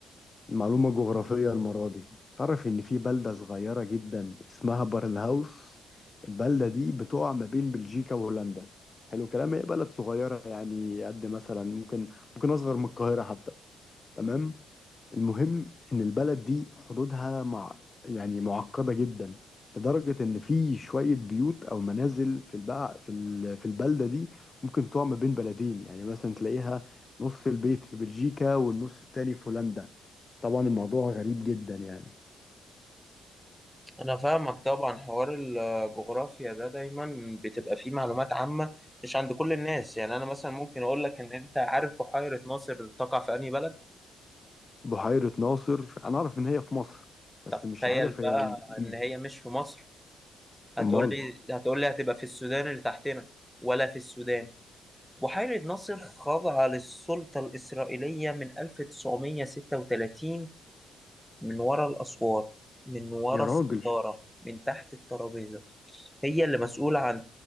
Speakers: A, on the left (about 30°); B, in the centre.
A: معلومة جغرافية المرة دي تعرف إن في بلدة صغيرة جدا اسمها بارلهاوس البلدة دي بتقع ما بين بلجيكا وهولندا حلو الكلام هي بلد صغيرة يعني قد مثلا ممكن ممكن أصغر من القاهرة حتى تمام المهم ان البلد دي حدودها مع يعني معقده جدا لدرجه ان في شويه بيوت او منازل في البقى في ال- في البلده دي ممكن تقع ما بين بلدين يعني مثلا تلاقيها نص البيت في بلجيكا والنص التاني في هولندا طبعا الموضوع غريب جدا يعني
B: انا فاهمك طبعا حوار الجغرافيا ده دايما بتبقى فيه معلومات عامة مش عند كل الناس يعني انا مثلا ممكن اقول لك ان انت عارف بحيرة ناصر تقع في انهي بلد
A: بحيره ناصر انا اعرف ان هي في مصر بس
B: طب
A: مش
B: تخيل
A: عارف
B: بقى
A: هي م-
B: ان هي مش في مصر هتقول
A: امال
B: لي هتقول لي هتبقى في السودان اللي تحتنا ولا في السودان بحيرة ناصر خاضعة للسلطة الإسرائيلية من 1936 من ورا الأسوار من ورا
A: يا راجل
B: الستارة من تحت الترابيزة هي اللي مسؤولة عن